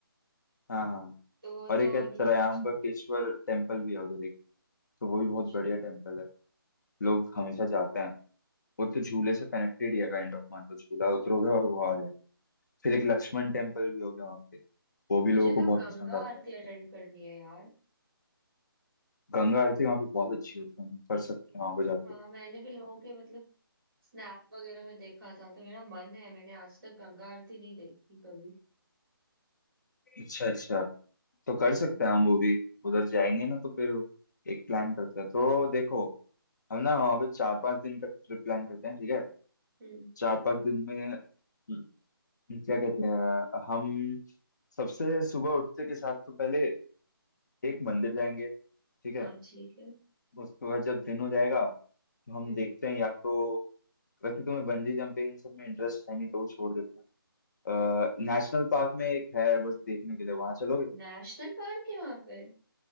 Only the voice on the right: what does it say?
तो वो
तो
नहीं- सोच-
अच्छा
हम्म
मुझे
तो
गंगा
आरती
अटेंड करनी है यार
हाँ मैंने भी लोगों के मतलब स्नैप वगैरह में देखा था तो मेरा मन है मैंने आज तक गंगा आरती नहीं देखी कभी
हाँ
हम्म
हाँ
ठीक है
हम्म
नेशनल पार्क है वहां पे